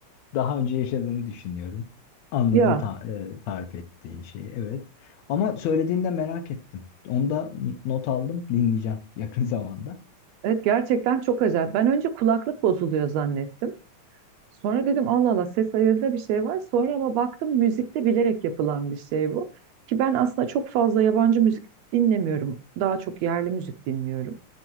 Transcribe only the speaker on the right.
Ya
evet gerçekten çok acayip. Ben önce kulaklık bozuluyor zannettim. Sonra dedim Allah Allah ses ayarında bir şey var. Sonra ama baktım müzikte bilerek yapılan bir şey bu. Ki ben aslında çok fazla yabancı müzik dinlemiyorum. Daha çok yerli müzik dinliyorum.